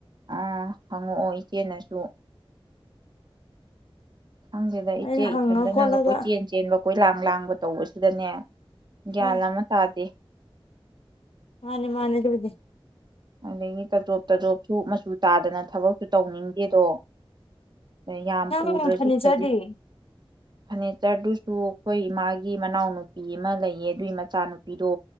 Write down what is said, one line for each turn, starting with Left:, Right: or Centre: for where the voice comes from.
Right: ꯑꯥ ꯍꯪꯉꯛꯑꯣ ꯏꯆꯦꯅꯁꯨ ꯈꯪꯗꯦꯗ ꯏꯆꯦ
Left: ꯑꯩꯅ ꯍꯪꯉ
Right: ꯏꯊꯟꯗꯅꯥꯒ
Left: ꯈꯣꯠꯂꯒ
Right: ꯀꯣꯏꯆꯦꯟ ꯆꯦꯟꯕ ꯀꯣꯏ ꯂꯥꯡ ꯂꯥꯡꯕ ꯇꯧꯕꯁꯤꯗꯅꯦ ꯒ꯭ꯌꯥꯟ
Left: ꯑꯥ
Right: ꯑꯃ ꯇꯗꯦ
Left: ꯃꯥꯅꯦ ꯃꯥꯅꯦ ꯑꯗꯨꯕꯨꯗꯤ
Right: ꯑꯗꯒꯤ ꯇꯥꯖꯣꯞ ꯇꯥꯖꯣꯞꯁꯨ ꯃꯆꯨ ꯇꯥꯗꯅ ꯊꯕꯛꯁꯨ ꯇꯧꯅꯤꯡꯗꯦꯗꯣ ꯌꯥꯝ
Left: ꯅꯪ
Right: ꯄꯨꯗ꯭ꯔꯁꯨ
Left: ꯐꯔꯅꯤꯆꯔꯗꯤ
Right: ꯈꯖꯤꯛ ꯐꯔꯅꯤꯆꯔꯗꯨꯁꯨ ꯑꯩꯈꯣꯏ ꯏꯃꯥꯒꯤ ꯃꯅꯥꯎꯅꯨꯄꯤ ꯑꯃ ꯂꯩꯌꯦ ꯑꯗꯨꯏ ꯃꯆꯥꯅꯨꯄꯤꯗꯣ